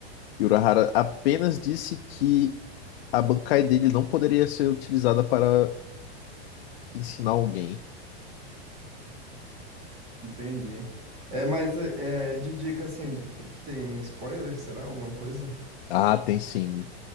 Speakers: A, on the left (about 65°); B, on the right (about 20°).
A: E o Urahara apenas disse que a Bankai dele não poderia ser utilizada para ensinar alguém.
B: entendi. É, mas é, é, de dica assim, de- tem spoiler, será? Alguma coisa?
A: Ah, tem sim.